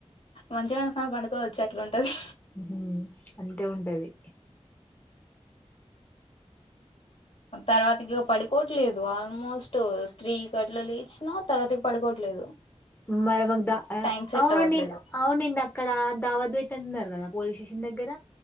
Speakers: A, on the left; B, on the left.
A: మంచం ఎసుకొని పంనుకోవచ్. గట్లు ఉంటది.
B: హు, అంతే ఉంటది.
A: తర్వాతికి పడుకోట్లేదు ఆల్మోస్ట్ త్రీ గట్ల లేచినా తర్వాతికి పడుకోవట్లేదు.
B: మరమగ్ ద ఆవ్
A: టైం సెట్
B: ఔనండి,
A: అవ్వట్లేదు
B: అవునింద అక్కడ దావద్ పెట్ అన్నారు కదా పోలీస్ సేషన్ దగ్గర